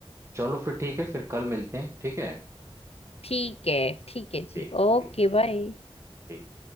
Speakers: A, on the right (about 30°); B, on the left (about 80°).
A: चलो फिर ठीक है फिर कल मिलते हैं ठीक है
B: ठीक है ठीक है जी
A: ठीक है
B: ओके
A: ठीक है
B: बाय
A: ठीक